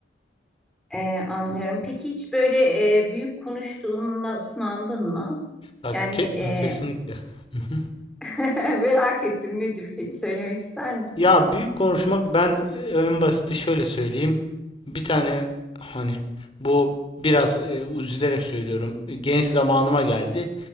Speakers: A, in the centre; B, on the left (about 30°).
A: E, anlıyorum. Peki hiç böyle e, büyük konuştuğunla sınandın mı?
B: Bak
A: Yani
B: ke-
A: e,
B: kesinlikle. Hı hı.
A: <laughs> merak ettim nedir peki söylemek ister misin?
B: Ya büyük konuşmak ben e, en basiti şöyle söyleyeyim. Bir tane hani bu biraz e, üzülerek söylüyorum. Genç zamanıma geldi.